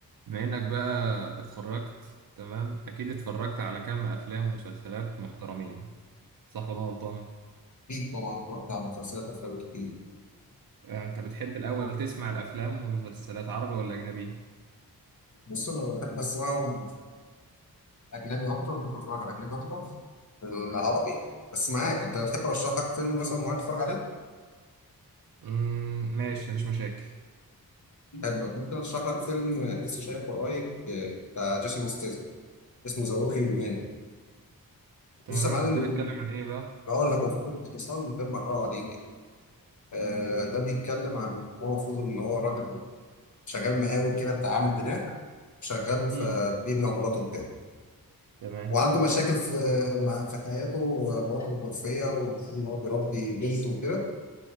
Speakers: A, on the right (about 70°); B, on the left (about 50°).
A: بما انك بقى اتخرجت تمام اكيد اتفرجت على كم افلام ومسلسلات محترمين صح ولا أنا غلطان
B: أكيد طبعا اتفرجت على مسلسلات أفلام كتير
A: آه، انت بتحب الاول تسمع الافلام والمسلسلات عربي ولا اجنبي
B: بص أنا بحب أسمعهم أجنبي أكتر بحب أتفرج على أجنبي أكتر من العربي يعني بس معاك أنت تحب أرشح لك فيلم مثلا معين تتفرج عليه؟
A: امم ماشي مفيش مشاكل
B: حلو ممكن أرشح لك فيلم لسه شايفه قريب آه، بتاع جيسون ستاثام اسمه ذا وركينج مان
A: تمام
B: لسه معلم
A: ده بيتكلم عن ايه بقى
B: بقول لك هو في كتب اختصار من غير ما أحرقه عليك آه، ده بيتكلم عن هو المفروض إن هو راجل شغال مقاول كده بتاع عامل بناء شغال في
A: امم
B: بيبني عمارات وبتاع
A: تمام
B: وعنده مشاكل في مع في حياته مراته متوفية والمفروض إن هو بيربي بنته وكده